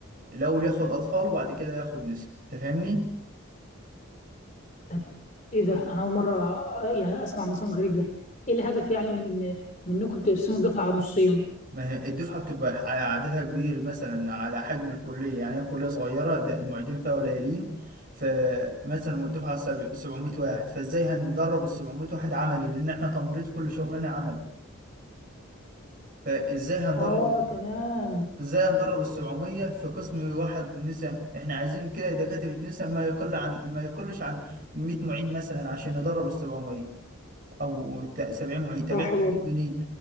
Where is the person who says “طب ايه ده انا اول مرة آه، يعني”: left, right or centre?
Left